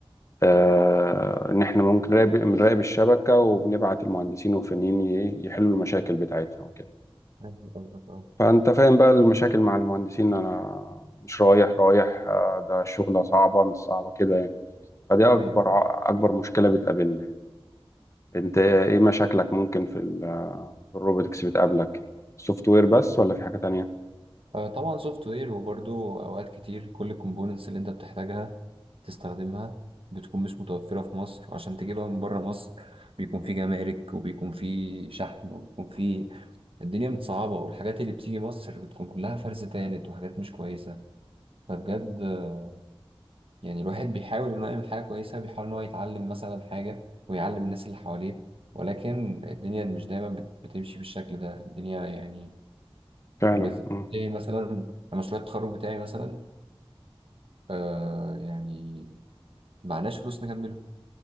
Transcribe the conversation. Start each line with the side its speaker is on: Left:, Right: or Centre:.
Left: آه، ان احنا ممكن نراقب بنراقب الشبكة وبنبعت المهندسين والفنيين ي- يحلوا المشاكل بتاعتها وكده
Right: فاهم قصدك اه
Left: فانت فاهم بقى المشاكل مع المهندسين انا مش رايح رايح آه، ده شغلة صعبة مش صعبة كده يعني. فدي اكبر
Right: ايوه
Left: ع- اكبر مشكله بتقابلنا انت ايه مشاكلك ممكن في ال- في الروبوتكس بتقابلك سوفت وير بس ولا في حاجه تانية
Right: آه، طبعا سوفت وير وبرضه اوقات كتير كل الكومبوننتس اللي انت بتحتاجها تستخدمها بتكون مش متوفرة في مصر وعشان تجيبها من بره مصر بيكون في جمارك وبيكون في شحن وبيكون في الدنيا متصعبة والحاجات اللي بتيجي مصر بتكون كلها فرز تالت وحاجات مش كويسة فبجد آه، يعني الواحد بيحاول انه يعمل حاجة كويسة بيحاول ان هو يتعلم مثلا حاجة ويعلم الناس اللي حواليه ولكن الدنيا مش دايما بت- بتمشي بالشكل ده الدنيا يعني
Left: فعلا
Right: بت...
Left: مم.
Right: إيه مثلا مشروع التخرج بتاعي مثلا آه يعني معناش فلوس نكمله